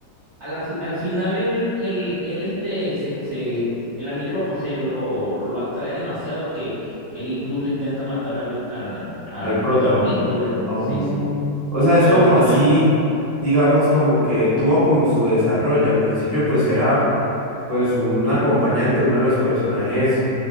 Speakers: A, on the right (about 45°); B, in the centre.
A: A la fi- al final él, él, él, este, se, se- el anillo lo posee, lo, lo atrae demasiado que él incluso intenta matar al, al, al
B: al prota.
A: protagonista y bueno,
B: Oh.
A: sí, sí.
B: O sea,
A: Y
B: es como
A: a la final...
B: así, digamos, como que tuvo como su desarrollo. Al principio pues era pues un acompañante, uno de los personajes